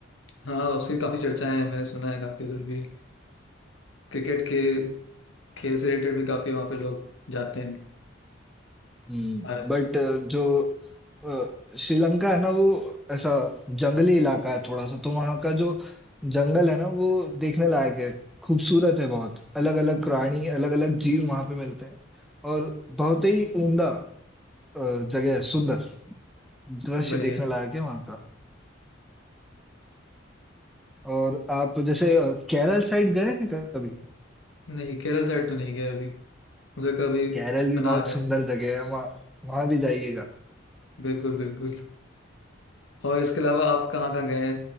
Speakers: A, on the left; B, in the centre.
A: हाँ उसकी काफी चर्चाएं हैं मैंने सुना है काफी उधर भी क्रिकेट के खेल से रिलेटेड भी काफी वहां पे लोग जाते हैं
B: हम्म
A: भारत
B: बट जो अ, श्रीलंका है ना वो ऐसा जंगली इलाका है थोड़ा सा तो वहाँ का जो जंगल है ना वो देखने लायक है खूबसूरत है बहुत अलग अलग प्राणी अलग अलग जीव वहाँ पे मिलते हैं और बहुत ही उम्दा अ, जगह है सुंदर दृश्य
A: से। बढ़िया
B: देखने
A: है।
B: लायक है वहाँ का और आप जैसे अ, केरल साइड गए हैं कभी
A: नहीं केरल साइड तो नहीं गए अभी उधर का भी
B: केरल भी
A: बना
B: बहुत
A: रहे हैं
B: सुंदर जगह है वहाँ वहाँ भी जाइएगा
A: बिल्कुल बिल्कुल और इसके अलावा आप कहाँ कहाँ गए हैं